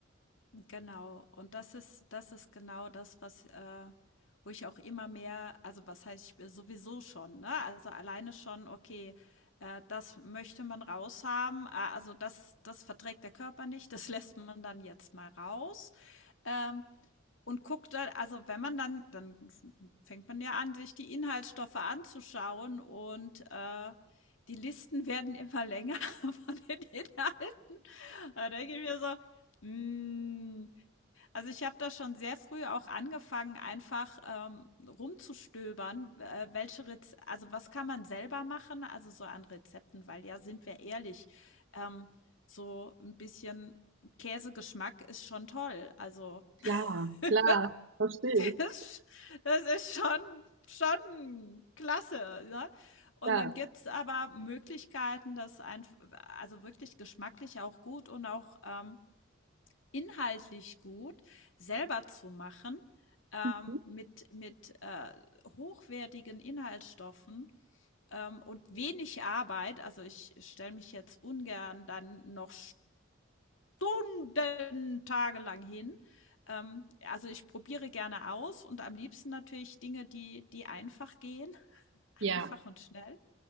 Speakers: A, on the left; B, on the right.
A: Genau. Und das ist, das ist genau das, was, äh, wo ich auch immer mehr, also was heißt ich sowieso schon, ne? Also alleine schon, okay, äh, das möchte man raushaben. äh, Also das, das verträgt der Körper nicht, das <laughs> lässt man dann jetzt mal raus. Ähm, und guckt dann, also wenn man dann, dann fängt man ja an, sich die Inhaltsstoffe anzuschauen und äh, die Listen <laughs> werden immer länger <laughs> von den Inhalten. Da denke ich mir so, Mm, also, ich habe da schon sehr früh auch angefangen, einfach, ähm, rumzustöbern, äh, welche Rez also, was kann man selber machen, also, so an Rezepten, weil ja, sind wir ehrlich, ähm, so ein bisschen Käsegeschmack ist schon toll. Also,
B: Klar,
A: <laughs>
B: klar, verstehe ich.
A: das ist das ist schon schon klasse, ne? Und
B: Klar.
A: dann gibt es aber Möglichkeiten, das einf also, wirklich geschmacklich auch gut und auch, ähm, inhaltlich gut selber zu machen ähm,
B: Mhm.
A: mit, mit äh, hochwertigen Inhaltsstoffen ähm, und wenig Arbeit. Also ich stelle mich jetzt ungern dann noch Stunden, tagelang hin. Ähm, also ich probiere gerne aus und am liebsten natürlich Dinge, die, die einfach gehen, <laughs>
B: Ja,
A: einfach und schnell.